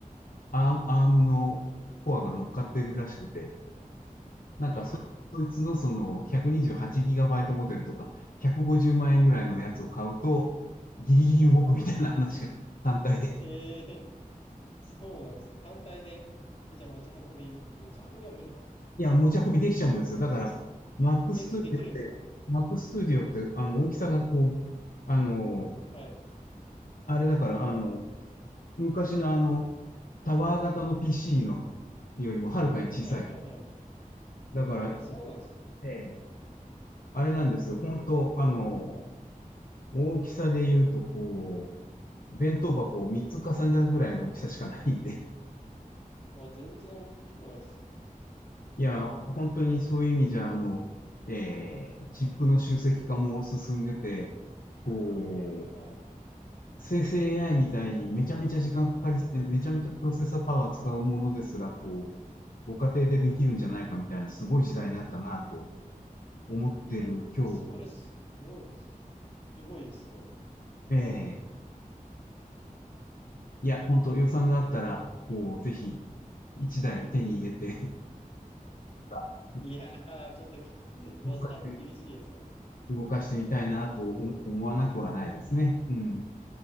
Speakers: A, on the left; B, on the left.
A: アー、アームのコアが乗っかってるらしくて、なんかそ、
B: はい。
A: そいつのその 128GB モデルとか、150万円ぐらいのやつを買うと、ギリギリ動くみたいな話が
B: はい。
A: <laughs> 単体で。
B: へえ。そうなんです。単体で、え、じゃあ持ち運び、持ち運びは無理か。
A: いや、持ち運びできちゃうんですよ。
B: さすがに。
A: だから、Mac Studio
B: でき、できるんですか
A: って、Mac Studio って、あの、大きさがこう、あの、
B: はい。
A: あれだから、あの、昔のあの、タワー型の PC のよりもはるかに小さい。
B: はいはいはい。
A: だから、
B: あ、
A: え
B: そうなんですね。
A: え、あれなんですよ。本当あの、大きさで言うと、こう、弁当箱を3つ重ねたぐらいの大きさしかないんで。<laughs>
B: あ、全然大きくないですね。
A: いや、本当にそういう意味じゃ、あの、えー、チップの集積化も進んでて、こう、
B: はい。
A: 生成 AI みたいにめちゃめちゃ時間かかり、めちゃめちゃプロセッサーパワー使うものですら、こう、ご家庭でできるんじゃないかみたいな、すごい時代になったなぁと思ってる今日、
B: いや、それすごいです。すごいですね。
A: ええいや、本当予算があったら、もうぜひ、一台手に入れて <laughs>
B: いやー、ちょっとき予算厳しいですね。
A: 動かして、動かしてみたいなと思思わなくはないですね。うん。